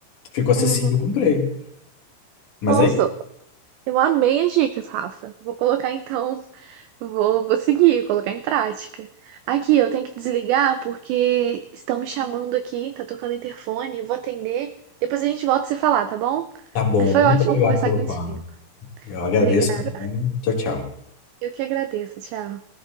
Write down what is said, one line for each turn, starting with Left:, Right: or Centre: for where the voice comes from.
Left: Ficou acessível,
Right: Uhum.
Left: eu comprei. Mas
Right: Nossa,
Left: aí,
Right: eu amei as dicas, Rafa. Vou colocar então, vou, vou seguir, colocar em prática. Aqui, eu tenho que desligar porque estão me chamando aqui, tá tocando interfone, eu vou atender. Depois a gente volta a se falar, tá bom?
Left: tá bom,
Right: Mas foi
Left: muito
Right: ótimo
Left: obrigado
Right: conversar
Left: pelo
Right: contigo.
Left: papo. Eu agradeço
Right: Obrigada.
Left: também. Tchau, tchau.
Right: Eu que agradeço, tchau.